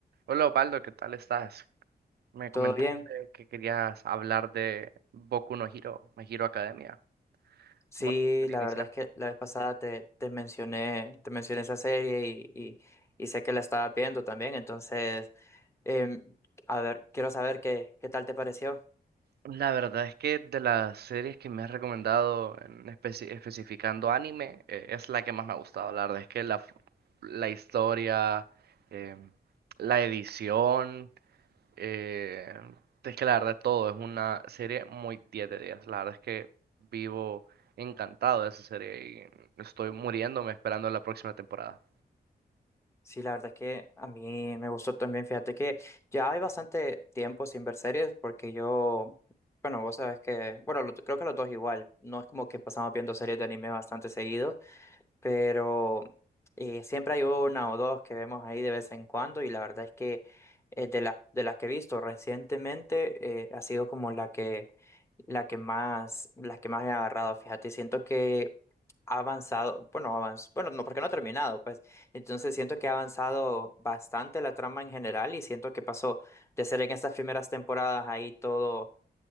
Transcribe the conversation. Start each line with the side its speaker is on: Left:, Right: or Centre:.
Right: Hola Osvaldo, ¿qué tal estás? Me comentaste
Left: ¿Todo bien?
Right: que querías hablar de Boku no Hero, My Hero Academia.
Left: Sí,
Right: ¿Cómo te gustaría
Left: la
Right: iniciar?
Left: verdad es que la vez pasada te, te mencioné, te mencioné esa serie y, y, y sé que la estaba viendo también, entonces, em, a ver, quiero saber qué, qué tal te pareció.
Right: La verdad es que de las series que me has recomendado, en especi- especificando anime, eh, es la que más me ha gustado. La verdad es que la, f- la historia, eh, la edición, eh, es que la verdad todo es una serie muy 10 de 10. La verdad es que vivo encantado de esa serie y estoy muriéndome esperando la próxima temporada.
Left: Sí, la verdad es que a mí me gustó también, fíjate que ya hay bastante tiempo sin ver series porque yo, bueno, vos sabes que, bueno, lo- creo que los dos igual, no es como que pasamos viendo series de anime bastante seguido. pero eh, siempre hay una o dos que vemos ahí de vez en cuando y la verdad es que eh, de las de las que he visto recientemente eh, ha sido como la que la que más la que más me ha agarrado, fíjate, siento que ha avanzado, bueno, avanz, bueno, no porque no ha terminado, pues. Entonces siento que ha avanzado bastante la trama en general y siento que pasó de ser en estas primeras temporadas ahí todo